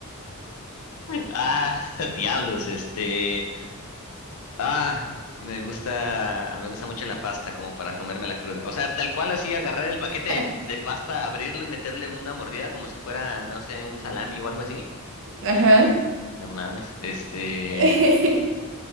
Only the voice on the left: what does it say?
Ah, <laughs> diablos, este. Ah, me gusta, me gusta mucho la pasta como para comérmela cruda. O sea, tal cual así agarrar el paquete de,
de pasta, abrirlo y meterle una mordida como si fuera, no sé, un salami o algo así.
No mames, este,